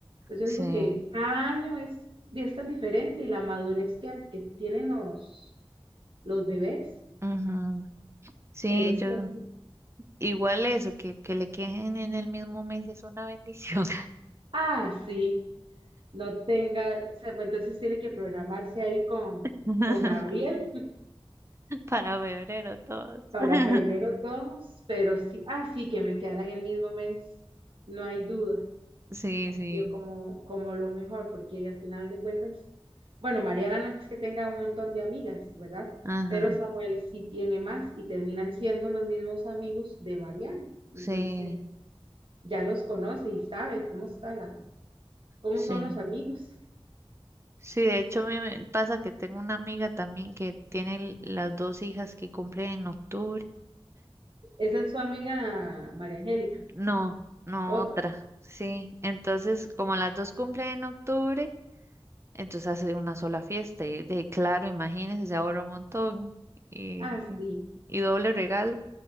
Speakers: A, on the right; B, on the right.
A: Entonces yo
B: sí.
A: digo que cada año es, es tan diferente y la madurez que, que tienen los, los bebés,
B: ujú. Sí,
A: pero sí,
B: yo.
A: así.
B: Igual eso, que, que le queden en el mismo mes es una bendición.
A: Ah, sí. no tenga, o sea, pues, entonces tiene que programarse ahí con,
B: <laughs>
A: con Gabriel
B: Para febrero todos.
A: para
B: <laughs>
A: febrero todos, pero sí, ah, sí, que me quedaran el mismo mes, no hay duda,
B: Sí,
A: que ha
B: sí.
A: sido como, como lo mejor, porque al final de cuentas, bueno, Mariana no es que tenga un montón de amigas, ¿verdad?
B: Ajá.
A: Pero Samuel sí tiene más y terminan siendo los mismos amigos de Mariana, entonces
B: Sí,
A: ya los conoce y sabe cómo está la, cómo
B: sí.
A: son los amigos.
B: Sí, de hecho a mí me pasa que tengo una amiga también que tiene l- las dos hijas que cumplen en octubre.
A: Esa es su amiga María Angélica,
B: No, no
A: otra.
B: otra. Sí. Entonces, como las dos cumplen en octubre, entonces hace una sola fiesta. Y de claro, imagínense, se ahorra un montón. Y,
A: Ah,
B: y
A: sí,
B: y doble regalo